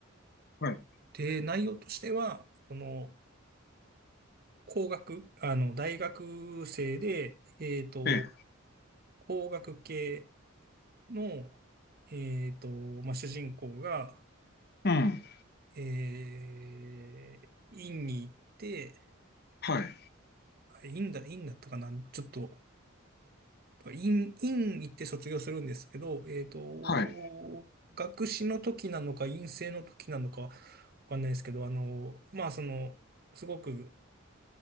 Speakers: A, on the left; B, on the right.
A: はい、
B: で、内容としては、その、工学、あの、大学生で、えっと、
A: ええ、
B: 工学系の、えっと、まあ、主人公が、
A: うん、
B: えー、院に行って、
A: はい、
B: あ院だ、院だったかな、ちょっと院、院行って卒業するんですけど、えっと、
A: はい、
B: 学士の時なのか、院生の時なのか、わかんないですけど、あの、まあ、その、すごく